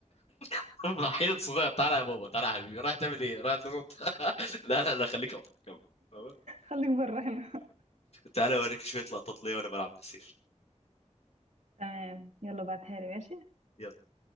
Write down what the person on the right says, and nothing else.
خليك بره هنا
تمام يلا بعتها لي ماشي